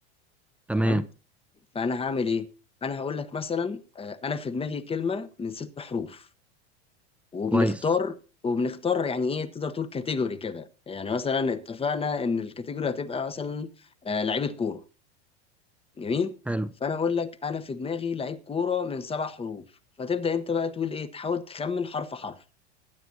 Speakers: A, in the centre; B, on the left.
A: تمام
B: تمام؟ فانا هعمل ايه؟ انا هقول لك مثلا آه، انا في دماغي كلمة من ست حروف وبنختار
A: كويس
B: وبنختار يعني ايه تقدر تقول كاتيجوري كده يعني مثلا اتفقنا ان الكاتيجوري هتبقى مثلا آه، لعيبة كورة جميل
A: حلو
B: فانا اقول لك انا في دماغي لعيب كوره من سبع حروف فتبدا انت بقى تقول ايه تحاول تخمن حرف حرف